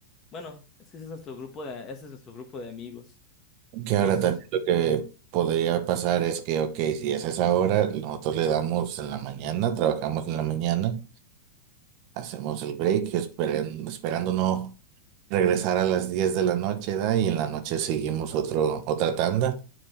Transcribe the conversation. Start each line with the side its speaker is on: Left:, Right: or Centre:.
Left: bueno, es que ese es nuestro grupo de, ese es nuestro grupo de amigos.
Right: Que
Left: Dos,
Right: ahora también lo que podría pasar es que, ok, si es a esa hora, nosotros le damos en la mañana, trabajamos en la mañana, hacemos el break, esperen- esperando no regresar a las 10 de la noche, ¿da? Y en la noche seguimos otro, otra tanda